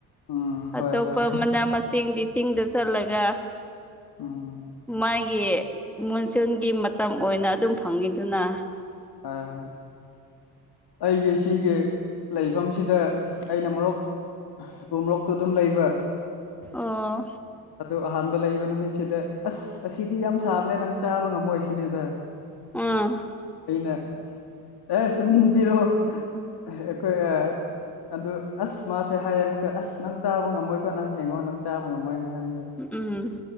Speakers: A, on the left; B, in the centre.
A: ꯎꯝ
B: ꯑꯇꯣꯞꯄ
A: ꯍꯣꯏ ꯍꯣꯏ
B: ꯃꯅꯥ ꯃꯁꯤꯡꯗꯤ ꯆꯤꯡꯗ ꯆꯜꯂꯒ
A: ꯎꯝ
B: ꯃꯥꯏ ꯒꯤ ꯃꯨꯟꯁꯨꯟꯒꯤ ꯃꯇꯝ ꯑꯣꯏꯅ ꯑꯗꯨꯝ ꯐꯪꯉꯤꯗꯨꯅ
A: ꯍꯣꯏ ꯍꯣꯏ ꯑꯩꯒꯤ ꯁꯤꯒꯤ ꯂꯩꯐꯝꯁꯤꯗ ꯑꯩꯅ ꯃꯣꯔꯣꯛ ꯎ ꯃꯣꯔꯣꯛꯇꯨ ꯑꯗꯨꯝ ꯂꯩꯕ
B: ꯑꯣ
A: ꯑꯗꯨ ꯑꯍꯥꯟꯕ ꯂꯩꯕ ꯅꯨꯃꯤꯠꯁꯤꯗ ꯑꯁ ꯑꯁꯤꯗꯤ ꯌꯥꯝ ꯁꯥꯕꯅꯦ ꯅꯪ ꯆꯥꯕ ꯉꯝꯃꯣꯏ ꯁꯤꯅꯦꯗ
B: ꯑꯥ
A: ꯑꯩꯅ ꯑꯦ ꯇꯨꯃꯤꯟ ꯄꯔꯣ ꯑꯩꯈꯣꯏ ꯑꯗꯨ ꯑꯁ ꯃꯥꯁꯦ ꯍꯥꯏꯌꯦ ꯑꯃꯨꯛꯀ ꯑꯁ ꯅꯪ ꯆꯕꯝꯃꯣꯏꯀꯣ ꯅꯪ ꯍꯡꯉꯣ ꯅꯪ ꯆꯥꯕ ꯉꯝꯃꯣꯏꯅ ꯍꯥꯏ
B: ꯎꯝ